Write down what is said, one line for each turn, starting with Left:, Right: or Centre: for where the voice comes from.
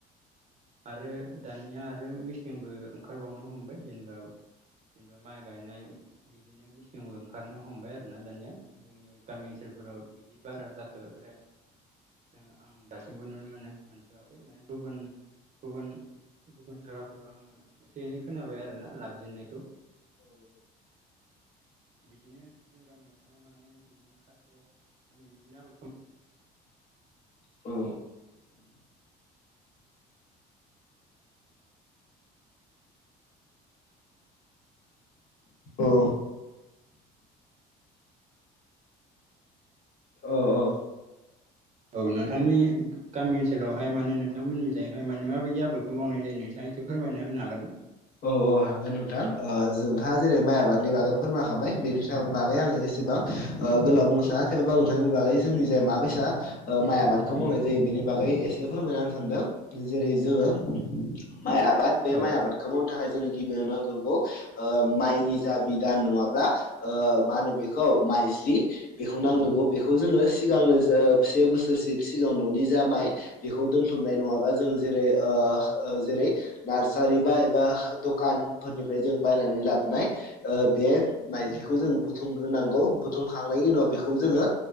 Right: आरो दानिया आरो मेसिनबो ओंखारबावनो हमबाय जेनेबा जेनेबा माइ गायनाय बिदिनो मेचिंबो ओंखारनो हमबाय आरोना दानिया। जोंनि गामि ओनसोलफोराव बिदि बारा जाथ'द्रायाखै जों आं दासिम मोन मोनथ'वाखै माने गुबुन गुबुन गुबुन जायगाफोराव आङो नो खोनाबाय आरोना लाबोजेननायखौ। बिदिनो जों गामियावहाय माने बिदिनो खाथियावहाय माने बिदिनो आबादखौ माव
Left: औ औ औ औ
Right: औ नोंथांनि गामि ओनसोलावहाय माने नोंथांमोननि जायहाय माने माबायदि आबादखौ मावनाय जायो नों थाङा इसे फोरमायना होनो हागोन ना?
Left: औ औ हागोन नोंथां ओ नोंथाङा जेरै माइ आबादनि बागै फोरमाखाबाय बेनि बागै आङो बेसे गोलाव बुंनो साना थेवबाबो बुंनो बागै जोंनि जाय माबायसा माइ आबादखौ मावनाय जायो बे नि बागै एसे फोरमायनानै सानदों जेरै जोङो माइ आबाद
Right: ना
Left: बे
Right: औ
Left: माइ आबाद नि थाखाय जोंनो गिबि नांग्रोगौ माइनि जा बिधान नङाब्ला मा होनो बेखौ खौ ओ माइज्लि बेखौ नांग्रोगौ बेखौ जोङो सिगांनो जोङो ओ से बोसोर सिगाङाव न'नि जा जा माइ बेखौ दोनथुमनानै नङाबा जोङो जेरै ओ ओ जेरै नारसारि बा बा द'खानफोरनिफ्राय जों बायनानै लाबोनाय बे माइजलिखौ जों बुथुमगोन। बुथुमखांनायनि उनाव बेखौ जोङो